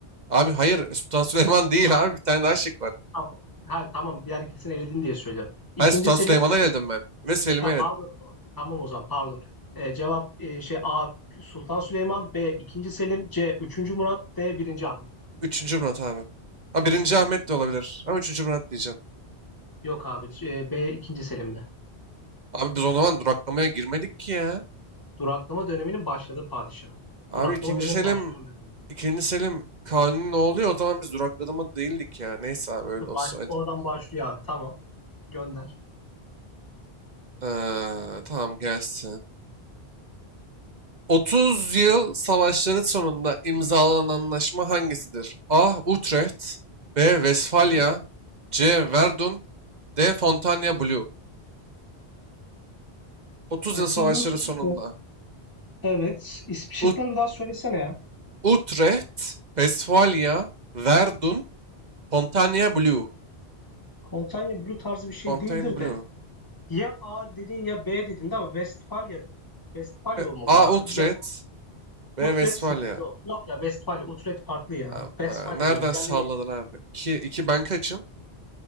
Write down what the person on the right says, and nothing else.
Abi hayır Sultan Süleyman <laughs> değil
abi. Bir tane daha şık var.
Hayır Sultan
Süleyman'a eledim ben. Ve Selim'e
eledim.
Üçüncü Murat abi. Ha birinci Ahmet
de olabilir. Ama üçüncü Murat diyeceğim.
Abi biz o zaman duraklamaya girmedik ki ya.
Abi
ikinci
Selim,
ikinci Selim Kanuni ne oluyor? O zaman biz duraklama değildik ya. Neyse abi öyle
olsaydı.
Ee, tamam gelsin. Otuz Yıl Savaşları sonunda imzalanan anlaşma hangisidir? A. Utrecht B. Westfalia
C. Verdun D. Fontainebleau Blue 30
Yıl Savaşları
sonunda
Ut
Utrecht, Westfalia, Verdun, Fontainebleau
Fontainebleau.
E,
A.
Utrecht
B.
Westfalia.
Tamam,
e, Nereden
sağladın abi? 2, 2 ben kaçım?